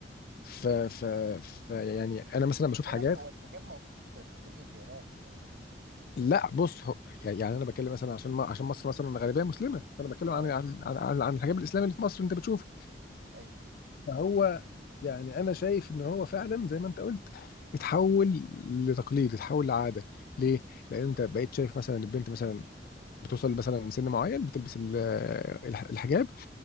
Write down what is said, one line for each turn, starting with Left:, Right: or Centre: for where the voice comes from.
Left: ف... ف... ف يعني انا مثلا بشوف
Right: خد بالك
Left: حاجات
Right: هو الحجاب موجود في في كل الديانات يعني
Left: لا بص هو يعني انا بتكلم مثلا عشان ما عشان مصر مثلا غالبيه مسلمه فانا بتكلم
Right: اه
Left: عن عن عن, عن عن الحجاب الاسلامي اللي في مصر انت بتشوفه
Right: ايوه
Left: فهو يعني انا شايف ان هو فعلا زي ما انت قلت اتحول لتقليد اتحول لعاده ليه؟ لان انت بقيت شايف مثلا البنت مثلا بتوصل مثلا سن معين بتلبس ال- الح- الحجاب